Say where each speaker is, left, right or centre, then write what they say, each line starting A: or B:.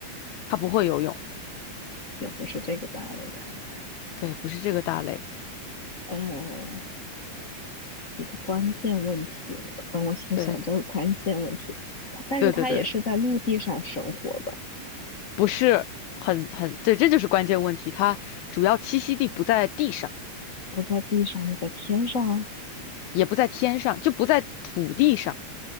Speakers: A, on the left; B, on the left.
A: 它不会游泳，
B: 也不是这个大类，看来，
A: 对，不是这个大类，
B: 呃，一个关键问题，我等我想想这个关键问题。
A: 对，
B: 它，但是它也是在陆地上生活的，
A: 对对对，不是很很，对，这就是关键问题，它主要栖息地不在地上，
B: 不在地上的，在天上啊，
A: 也不在天上，就不在土地上。